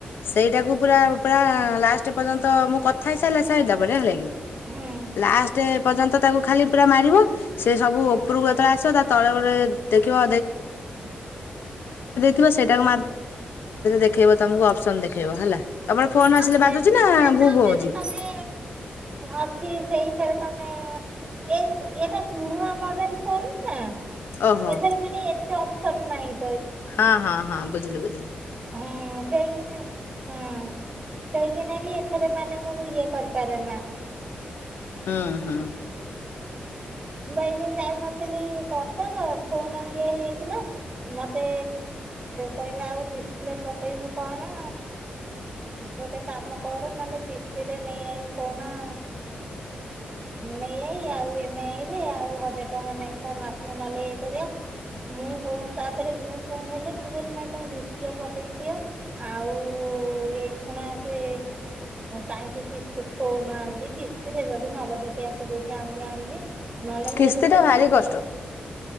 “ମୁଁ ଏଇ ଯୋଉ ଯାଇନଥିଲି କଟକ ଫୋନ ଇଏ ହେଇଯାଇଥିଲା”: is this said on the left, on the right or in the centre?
Right